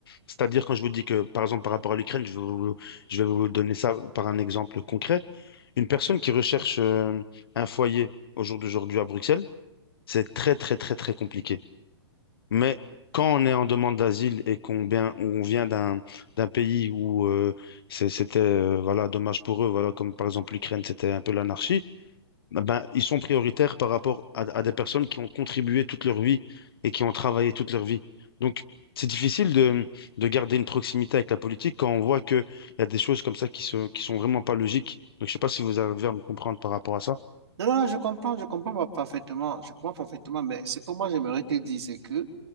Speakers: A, on the left; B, on the right.
A: C'est-à-dire, quand je vous dis que, par exemple, par rapport à l'Ukraine, je, vais vous- je vais vous donner ça par un exemple concret. Une personne qui recherche euh, un foyer au jour d'aujourd'hui à Bruxelles, c'est très, très, très, très compliqué. Mais quand on est en demande d'asile et qu'on vient, on vient d'un d'un pays où euh, c'est- c'était euh, voilà dommage pour eux, voilà comme par exemple l'Ukraine, c'était un peu l'anarchie. Ah Ben ils sont prioritaires par rapport à, à des personnes qui ont contribué toute leur vie et qui ont travaillé toute leur vie. Donc c'est difficile de de garder une proximité avec la politique quand on voit que il y a des choses comme ça qui se qui sont vraiment pas logiques. Donc je sais pas si vous arrivez à me comprendre par rapport à ça.
B: Non, non, non, je comprends, je comprends pas parfaitement, je comprends parfaitement, mais ce que moi, j'aimerais te dire, c'est que